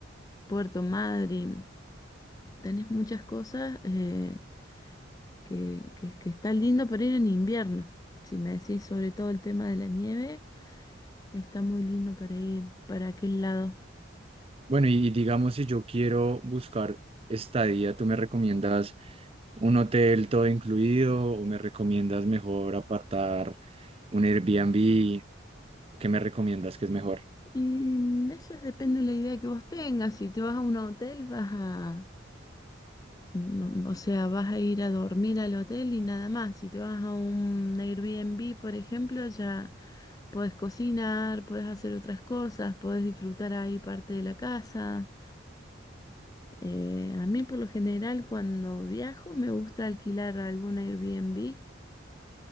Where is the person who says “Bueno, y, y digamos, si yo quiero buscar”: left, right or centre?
Right